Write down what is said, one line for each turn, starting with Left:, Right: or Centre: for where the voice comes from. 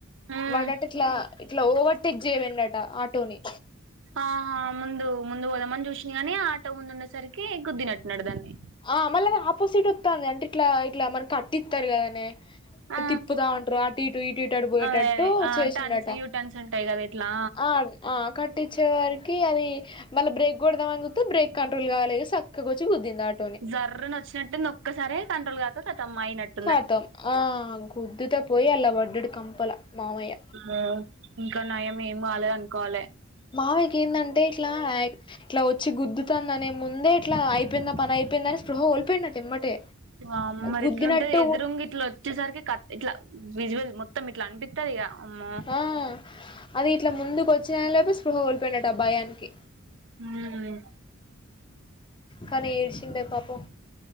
Right: ఉమ్
Left: వాడట ఇట్లా ఇట్లా ఓవర్టేక్ జెయ్యబొయ్యిండట ఆటోని
Right: ఆహా! ముందు ముందు పోదామని జూసిండు గనీ, ఆటో ముందు ఉన్నసరికీ గుద్దినట్టున్నడు దాన్ని
Left: ఆ మళ్ళ ఆపోసిట్ ఒత్తాంది, అంటే ఇట్లా ఇట్లా మన కట్టి ఇత్తరు కదనే
Right: ఆ
Left: తిప్పుతా ఉంటరు, అటు ఇటు ఇటు ఇటు అటు బోయేటట్టూ
Right: అదే అదే ఆ
Left: చేసిండట.
Right: టన్స్ యూ టన్స్ ఉంటాయి కదా ఇట్లా
Left: ఆ ఆ కట్టిచ్చే వారికి, అవీ మళ్ళి బ్రేక్ కొడదామని జూ త్తె బ్రేక్ కంట్రోల్గాలేదు, సక్కగొచ్చి గుద్దింది ఆట్
Right: సర్రున ఒచ్చినట్టునొక్కసారే కంట్రోల్ గాక, ఖతం అయినట్
Left: ఖతం ఆ గుద్దుతె, పోయి అల్ల బడ్డడు, కంపల మావయ్య.
Right: ఆ ఇంకా నయం ఏమి గాలేదు అనుకోవాలే.
Left: మావయ్యకి ఏందంటే, ఇట్లా ఇట్లా వొచ్చి, గుద్దుతాందనే ముందే ఇట్లా అయిపోయింది నా పని అయిపోయిందని, స్పృహ గోల్పోయిండట ఎమ్మటే.
Right: ఆ మరి
Left: గుద్దినట్టు
Right: ఇట్లుంటే, ఎదురుంగ ఇట్ల ఒచ్చేసరికి, క ఇట్లా విజువల్ మొ త్తం ఇట్ల అంటిత్తది ఇగ అమ్మో!
Left: ఆ అది ఇట్లా ముందుకు వచ్చినల్లోపె, స్పృహ గోల్పోయిండట ఆ బయానికి
Right: ఊమ్
Left: కనీ ఏడ్చిండే పాపం.